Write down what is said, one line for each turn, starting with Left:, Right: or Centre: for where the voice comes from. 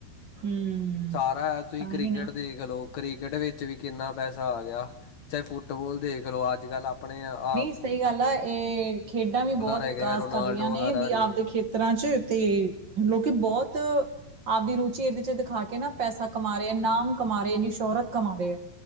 Right: ਹਮ
Left: ਸਾਰਾ ਤੁਸੀਂ
Right: ਤਾਂ
Left: ਕ੍ਰਿਕਟ
Right: ਹੀ ਨਾ
Left: ਦੇਖ ਲੋ ਕ੍ਰਿਕਟ ਵਿੱਚ ਵੀ ਕਿੰਨਾ ਪੈਸਾ ਆ ਗਿਆ, ਚਾਹੇ ਫੁੱਟਬੋਾਲ ਦੇਖ ਲੋ ਅੱਜ ਕੱਲ ਆਪਣੇ ਆਪ
Right: ਨਹੀਂ ਸਹੀ ਗੱਲ ਆ ਇਹ ਖੇਡਾਂ ਵੀ ਬੋਤ
Left: ਹੈਗੇ
Right: ਵਿਕਾਸ
Left: ਆ ਰੋਨਾਲਡੋ
Right: ਕਰ ਰਹੀਆਂ ਨੇ
Left: ਵਗੈਰਾ
Right: ਵੀ
Left: ਜੀ।
Right: ਆਪਦੇ ਖੇ ਤਰ੍ਹਾਂ ਚ ਤੇ ਲੋਕੀ ਬੋਤ ਆਪਦੀ ਰੁਚੀ ਇਹਦੇ ਚ ਦਿਖਾ ਕੇ ਨਾ ਪੈਸਾ ਕਮਾ ਰਹੇ ਏ, ਨਾਮ ਕਮਾ ਰਹੇ ਏ ਸ਼ੋਹਰਤ ਕਮਾ ਰਹੇ ਐ।